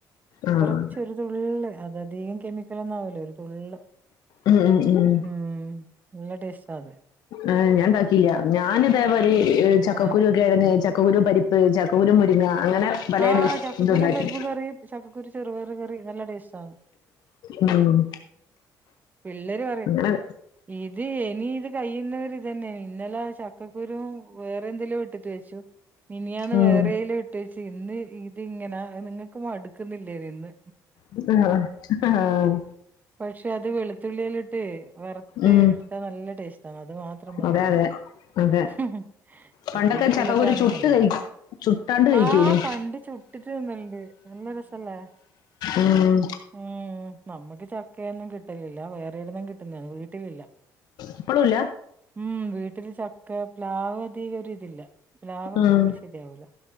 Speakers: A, on the left; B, on the right.
A: ആഹ്
B: കൊറച്ച് ഒരു തുള്ള് അതധികം കെമിക്കലോന്നും ആവുല്ല ഒരു തുള്ള്
A: ഉം ഉം ഉം.
B: ഉം നല്ല ടേസ്റ്റാത്
A: ആഹ് ഞാൻ ണ്ടാക്കില്ല്യ ഞാൻ ഇതേമാരി
B: പിന്നെ
A: ഒ ചക്കക്കുരു കിഴങ്ങ് ചക്കക്കുരു പരി പ്പ് ചക്കക്കുരു മുരിങ്ങ അങ്ങനെ പലേതിൽ
B: ആഹ് ചക്കക്കുരും
A: ഇതുണ്ടാക്കി
B: പരിപ്പും കറിയും ചക്കക്കുരു ചെറുപയർ കറി നല്ല ടേസ്റ്റാ
A: ഉം
B: പിള്ളേര് പറയും
A: അങ്ങനെ
B: ഇത് എനി ഇത് കഴിയുന്നവരെ ഇതനെ ഇന്നല ച ക്കക്കുരു വേറെ എന്തെല്ലോ ഇട്ടിട്ട് വെച്ചു മിനിയാന്ന്
A: ഉം
B: വേറെലുട്ടെച്ച് ഇന്ന് ഇത് ഇങ്ങന നിങ്ങൾക്ക് മടുക്കുന്നില്ലേ തിന്ന്
A: ആഹ് ആഹ്
B: പക്ഷെ അത് വെള് ത്തുള്ളിയല്ലേട്ട് വറുത്ത്
A: ഉം
B: എടുത്താ നല്ല ടേസ്റ്റാ അത് മാത്രം മതി
A: അതെ
B: കഴിക്കാൻ
A: അതെ അതെ
B: ഉം ഉം
A: പണ്ടൊക്കെ
B: ഇപ്പൾത്തെ പിള്ളേർക്ക്‌
A: ചക്കക്കുരു
B: അതോന്നും
A: ചുട്ട്
B: വേണ്ടല്ലോ
A: കഴി ചുട്ടാണ്ട് കഴിക്കൂലേ
B: ആഹ് പണ്ട് ചുട്ടിട്ട് തിന്നൽണ്ട് നല്ല രസല്ലേ
A: ഉം
B: ഉം നമ്മക്ക് ചക്കയൊന്നും കിട്ടലില്ല വേറെവ്‌ട്ന്നേം കിട്ടുന്നതാണ് വീട്ടിലില്ല
A: ഇപ്പളുല്ല
B: ഉം വീട്ടില് ചക്ക പ്ലാവ് അധിക ഒര്തില്ല പ്ലാവ്
A: ഉം
B: പുളി ശരിയാവൂല